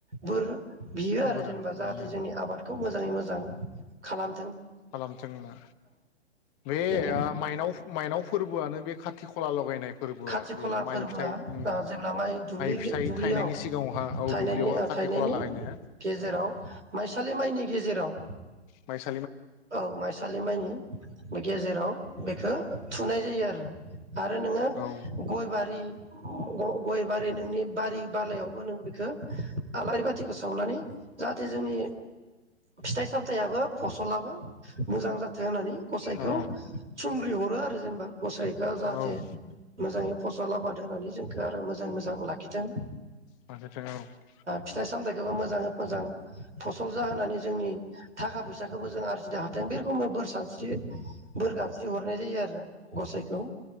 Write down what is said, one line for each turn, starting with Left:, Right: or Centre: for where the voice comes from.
Right: बोर बियो आरो
Left: बोर
Right: जेनेबा जाहाथे
Left: बियो
Right: जोंनि आबादखौ खौ मोजाङै मोजां खालाम
Left: खालामथों होनना बे
Right: बेनि
Left: माइनाव माइनाव फोरबोआनो बे खाथि खला लगायनाय फोरबोआ
Right: खाथि
Left: बे
Right: खला
Left: माइ
Right: फोरबोआ
Left: फिथाइ उम
Right: जेब्ला माइ दुब्लियाव
Left: फिथाइ थायनायनि सिगाङावहा औ
Right: थायनायनि
Left: दुब्लियावहा खाथि
Right: थायनायनि
Left: खला लागायनाया
Right: गेजेराव माइसालि माइनि गेजेराव
Left: माइ स
Right: औ माइसालि माइनि गेजेराव बेखौ थुनाय जायो आरो। आरो नोङो
Left: औ
Right: गय बारि गयबारिनो नोंनि बारि बालायावबो नों बेखो आलारि बाथिखौ सावनानै जाहाथे जोंनि फिथाइ सामथायाबो फसलाबो मोजां जाथों होननानै गसाइखौ
Left: औ
Right: सुंग्रि हरो आरो जेनेबा गसाखौ जाहाथे
Left: औ औ
Right: मोजाङै फसल आबाद होनानै जोंखौ आरो मोजां मोजां लाखिथों
Left: फारसेथिं औ
Right: फिथाइ सामथायखौबो मो मोजाङै मोजां फसल जा होनानै जोंनि थाखा फैसाखौबो जों आर जिनो हाथों बे रखमबो बोर सानस्रि बोर गाबस्रि हरनाय जायो आरो गसाइखौ